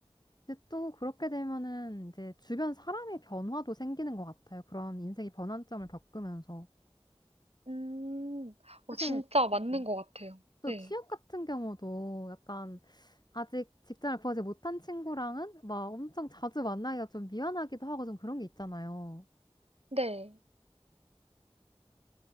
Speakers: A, on the left (about 40°); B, on the right (about 70°).
A: 이제 또 그렇게 되면은 이제 주변 사람의 변화도 생기는 것 같아요. 그런 인생의 변환점을 겪으면서.
B: 음, 어,
A: 사실,
B: 진짜
A: 네.
B: 맞는 것 같아요.
A: 또
B: 네.
A: 취업 같은 경우도 약간 아직 직장을 구하지 못한 친구랑은 막 엄청 자주 만나기가 좀 미안하기도 하고 좀 그런 게 있잖아요.
B: 네.